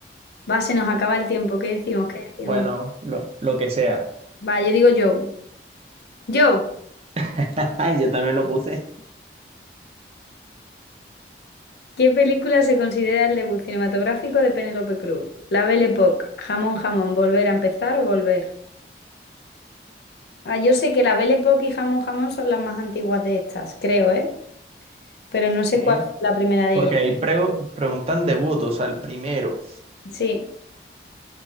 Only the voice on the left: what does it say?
Va, se nos acaba el tiempo. ¿Qué decimos? ¿Qué decimos?
Va, yo digo Joe. Joe,
¿qué película se considera el debut cinematográfico de Penélope Cruz? La Belle Époque, Jamón Jamón, Volver a empezar o Volver. Ah, yo sé que la Belle Époque y Jamón Jamón son las más antiguas de estas, creo, ¿eh? Pero no sé
cuál fue la primera de
ellas.
Sí,